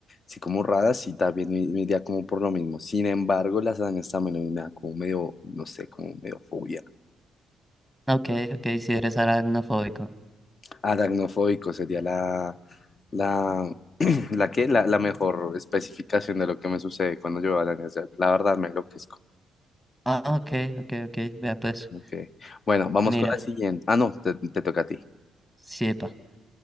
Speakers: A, on the left; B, in the centre.
A: así como raras, sí, también me, me iría como por lo mismo. Sin embargo, las arañas también me dan como medio, no sé, como medio fobia.
B: Ok, ok, si eres aracnofóbico.
A: Aracnofóbico sería la, la, <clears throat> la que, la, la mejor especificación de lo que me sucede cuando yo veo arañas. O sea, La verdad me enloquezco.
B: Ah, ok, ok, ok, vea pues.
A: Ok. Bueno, vamos
B: Mira,
A: con la siguiente. Ah, no, te, te toca a ti.
B: siepa.